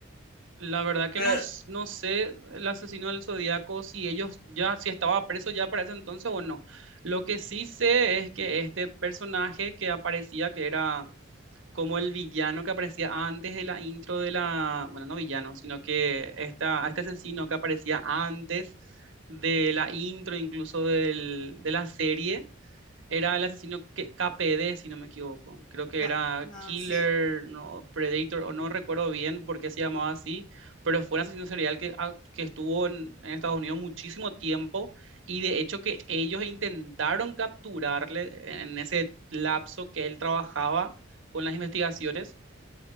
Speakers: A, on the right; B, on the left.
A: La verdad que
B: Pero,
A: no, s- no sé el asesino del Zodíaco si ellos ya, si estaba preso ya para ese entonces o no. Lo que sí sé es que este personaje que aparecía, que era como el villano que aparecía antes de la intro de la, bueno, no villano, sino que esta, este asesino que aparecía antes de la intro incluso del- de la serie, era el asesino que, KPD, si no me equivoco. Creo que
B: Cap-
A: era
B: ah,
A: Killer,
B: sí.
A: no, Predator, o no recuerdo bien por qué se llamaba así, pero fue un asesino serial que, ah, que estuvo en, en Estados Unidos muchísimo tiempo y de hecho que ellos intentaron capturarle en, en ese lapso que él trabajaba con las investigaciones,